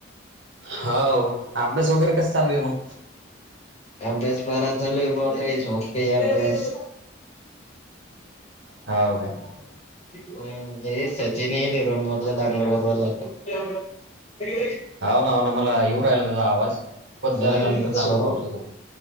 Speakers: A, on the right (about 65°); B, on the left (about 35°).
A: हाव अभ्यास वगैरे कसं चालू आहे मग?
B: अभ्यास बरा चालू आहे बॉ काही झोप काही अभ्यास.
A: हो काय
B: हम्म हे सचिन येल आहे रूमवर लई दागडू करू <unintelligible>
A: हाव ना हाव ना मला येऊ राहिला तेचा आवाज, पण
B: हम्म
A: जरा जास्तच दागडू
B: सौरव
A: करतो तो